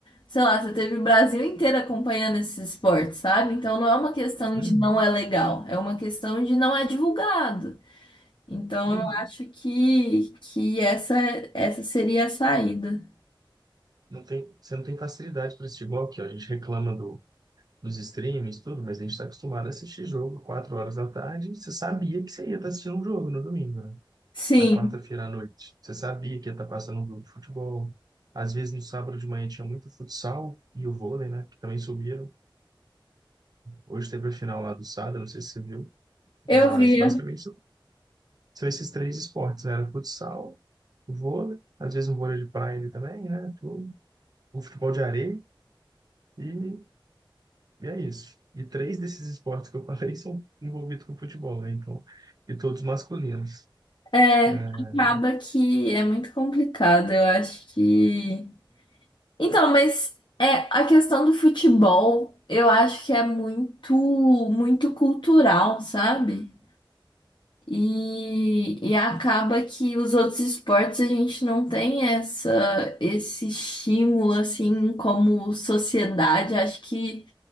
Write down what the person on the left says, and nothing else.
sei lá, você teve o Brasil inteiro acompanhando esse esporte, sabe? Então não é uma questão
de não é legal, é uma questão de não é divulgado. Então
eu acho que, que essa, essa seria a saída.
Sim,
eu
vi.
É,
acaba que é muito complicado, eu acho que. Então, mas é a questão do futebol, eu acho que é muito, muito cultural, sabe? E, e acaba que os outros esportes a gente não tem essa, esse estímulo assim como sociedade. Acho que